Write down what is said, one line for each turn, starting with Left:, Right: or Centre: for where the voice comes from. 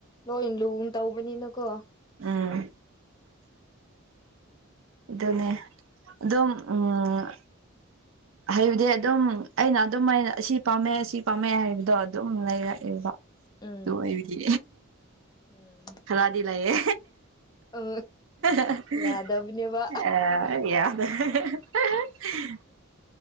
Left: ꯂꯣꯏꯟ ꯂꯨꯅ ꯇꯧꯕꯅꯤꯅꯀꯣ꯫
Right: ꯎꯝ ꯗꯨꯅꯦ ꯑꯗꯨꯝ ꯎꯝ ꯍꯥꯏꯕꯗꯤ ꯑꯗꯨꯝ ꯑꯩꯅ ꯑꯗꯨꯝꯃꯥꯏꯅ ꯑꯁꯤ ꯄꯥꯝꯃꯦ ꯑꯁꯤ ꯄꯥꯝꯃꯦ ꯍꯥꯏꯕꯗꯣ ꯑꯗꯨꯝ ꯂꯩꯔꯛꯑꯦꯕ꯫
Left: ꯎꯝ
Right: ꯑꯗꯨ ꯑꯣꯏꯕꯗꯤ
Left: ꯎꯝ
Right: ꯈꯔꯥꯗꯤ ꯂꯩꯌꯦ
Left: ꯑ
Right: ꯫
Left: ꯌꯥꯗꯕꯅꯦꯕ
Right: ꯑ ꯌꯥꯝ <unintelligible>